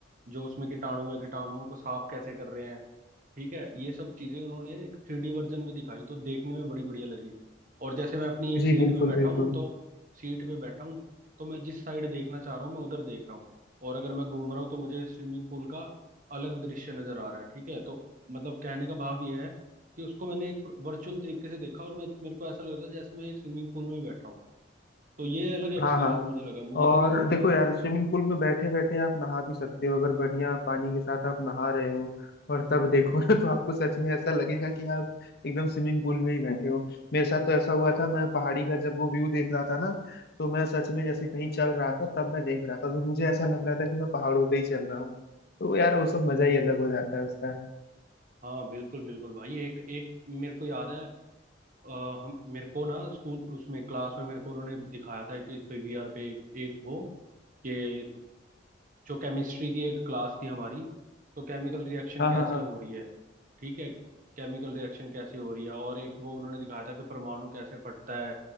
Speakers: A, on the right; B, on the left.
A: जो उसमें कीटाणु है कीटाणुओं को साफ कैसे कर रहे हैं ठीक है ये सब चीजें उन्होंने एक थ्री डी वर्जन में दिखाई तो देखने में बड़ी बढ़िया लगी और जैसे मैं अपनी एक
B: जी
A: सीट
B: बिल्कुल
A: पे बैठा
B: बिल्कुल
A: हूँ तो सीट पे बैठा हूँ तो मैं जिस साइड देखना चाह रहा हूँ मैं उधर देख रहा हूँ और अगर मैं घूम रहा हूँ तो मुझे स्विमिंग पूल का अलग दृश्य नजर आ रहा है ठीक है तो मतलब कहने का भाव यह है कि उसको मैंने एक वर्चुअल तरीके से देखा और मैं मेरे को ऐसा लग रहा था जैसे मैं एक स्विमिंग पूल में ही बैठा हूँ तो ये अलग एक्सपीरियंस
B: हाँ हाँ
A: मुझे लगा मुझे
B: और
A: लगा
B: देखो यार स्विमिंग पूल में बैठे बैठे आप नहा भी सकते हो अगर बढ़िया पानी के साथ आप नहा रहे हो और तब देखो ना तो आपको सच में ऐसा लगेगा कि आप एकदम स्विमिंग पूल में ही बैठे हो मेरे साथ तो ऐसा हुआ था मैं पहाड़ी का जब वो व्यू देख रहा था ना तो मैं सच में जैसे कहीं चल रहा था तब मैं देख रहा था तो मुझे ऐसा लग रहा था कि मैं पहाड़ों पे ही चल रहा हूँ तो यार वो सब मजा ही अलग हो जाता है उसका
A: हाँ बिल्कुल बिल्कुल भाई एक एक मेरे को याद है अ, हम मेरे को ना स्कूल उसमें क्लास में मेरे को उन्होंने दिखाया था कि इस पे वीआर पे एक, एक वो कि जो केमिस्ट्री की एक क्लास थी हमारी तो केमिकल रिएक्शन
B: हाँ
A: कैसे
B: हाँ
A: हो रही है ठीक है केमिकल रिएक्शन कैसे हो रही है और एक वो उन्होंने दिखाया था कि परमाणु कैसे फटता है